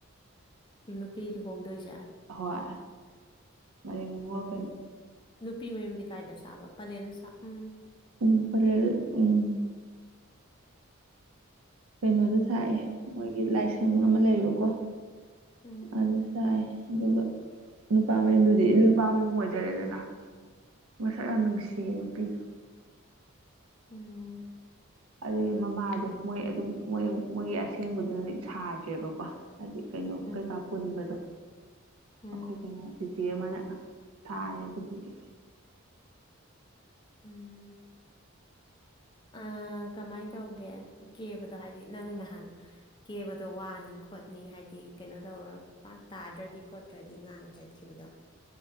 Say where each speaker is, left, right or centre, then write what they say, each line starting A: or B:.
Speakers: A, on the left; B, on the right.
A: ꯅꯨꯄꯤ ꯂꯨꯍꯣꯡꯗꯣꯏꯁ
B: ꯍꯣꯏ ꯃꯔꯤꯡ ꯅꯤꯉꯣꯜ ꯀꯩꯅꯣ
A: ꯅꯨꯄꯤ ꯃꯌꯨꯝꯗꯤ ꯀꯥꯏꯗ ꯁꯥꯕ ꯄꯂꯦꯅ ꯁꯥ ꯎꯝ
B: ꯎ ꯐꯔꯦꯜ ꯎꯝ ꯀꯩꯅꯣꯗ ꯁꯥꯏꯌꯦ
A: ꯎꯝ
B: ꯃꯣꯏꯒꯤ ꯂꯥꯏꯁꯪ ꯑꯃ ꯂꯩꯌꯦꯕꯀꯣ
A: ꯎꯝ
B: ꯑꯗꯨ ꯁꯥꯏ ꯑꯗꯨꯒ ꯅꯨꯄꯥ ꯃꯌꯨꯝꯗꯨꯗꯤ ꯅꯨꯄꯥ ꯃꯌꯨꯝ ꯑꯣꯏꯖꯔꯦꯗꯅ ꯃꯁꯛ ꯌꯥꯝ
A: ꯎꯝ
B: ꯅꯨꯡꯁꯤꯌꯦ ꯅꯨꯄꯤꯗꯣ
A: ꯎꯝ
B: ꯑꯗꯨꯒꯤ ꯃꯃꯥꯗꯣ ꯃꯣꯏ ꯑꯗꯨꯝ ꯃꯣꯏ ꯃꯣꯏꯒꯤ ꯑꯁꯦꯡꯕꯗꯨꯅꯗꯤ ꯁꯥꯗ꯭ꯔꯦꯕꯀꯣ ꯍꯥꯏꯗꯤ ꯀꯩꯅꯣ
A: ꯎꯝ
B: ꯀꯩꯀꯥ ꯄꯨꯟꯕꯗꯣ
A: ꯎꯝ
B: ꯑꯩꯈꯣꯏ ꯀꯩꯅꯣ ꯆꯤꯆꯦ ꯑꯃꯅ ꯊꯥꯔꯦ ꯑꯗꯨꯒꯤ
A: ꯎꯝ ꯑ ꯀꯃꯥꯏ ꯇ ꯍꯧꯒꯦ ꯀꯦꯕꯗꯣ ꯍꯥꯏꯗꯤ ꯅꯪ ꯅꯍꯥꯟ ꯀꯦꯕꯗꯣ ꯋꯥꯅꯤ ꯈꯣꯠꯅꯤ ꯍꯥꯏꯗꯤ ꯀꯩꯅꯣ ꯇꯧꯔꯒ ꯄꯥꯛ ꯇꯥꯗ꯭ꯔꯗꯤ ꯈꯣꯠꯇ꯭ꯔꯗꯤ ꯉꯥꯡ ꯆꯠꯈꯤꯕꯗꯣ